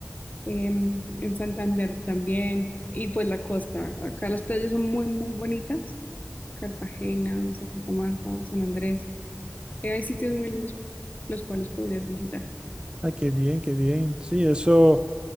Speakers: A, on the left (about 40°); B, on the right (about 20°).
A: em, en Santander también, y pues la costa. Acá las playas son muy, muy bonitas. Cartagena, Santa Marta, San Andrés. Eh, hay sitios muy lindos los cuales podrías visitar.
B: Ay, qué bien, qué bien. Sí, eso,